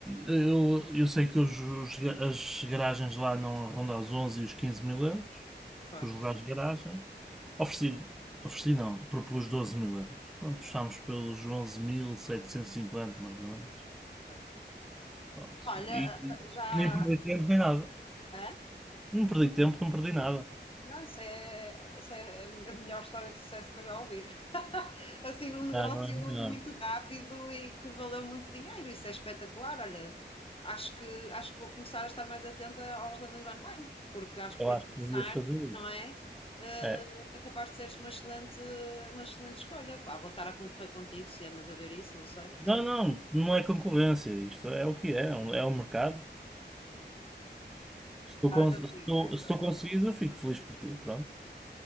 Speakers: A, in the centre; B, on the left (about 30°).
A: Eu, eu sei que os, os ga- as garagens lá não rondam os 11 e os 15 mil euros,
B: Pois,
A: os lugares de garagem. Ofereci, ofereci não, propus 12 mil euros. Pronto, estamos pelos 11.750 mais ou menos.
B: pois.
A: Pronto.
B: Olha,
A: E
B: ah, ah, já.
A: e nem perdi tempo nem nada.
B: hã?
A: Não perdi tempo, não perdi nada.
B: Não, isso é, isso é a melhor história de sucesso que eu já ouvi. <laughs> Assim, num negócio
A: Não, não é melhor.
B: muito rápido e que valeu muito dinheiro. Isso é espetacular. Olha, acho que, acho que vou começar a estar mais atenta aos leilões online, porque acho que
A: Eu
B: para
A: acho
B: começar,
A: que devias fazer isso.
B: não é? Eh,
A: É.
B: é capaz de seres uma excelente, uma excelente escolha. Pá, vou estar a concorrer contigo se andas a ver isso, não sei.
A: Não, não, não é concorrência. Isto é o que é, é um é um mercado. Se tu,
B: Tá,
A: cons-
B: Estou a brincar,
A: se tu,
B: estou
A: se
B: a
A: tu
B: brincar.
A: conseguires, eu fico feliz por ti. Pronto.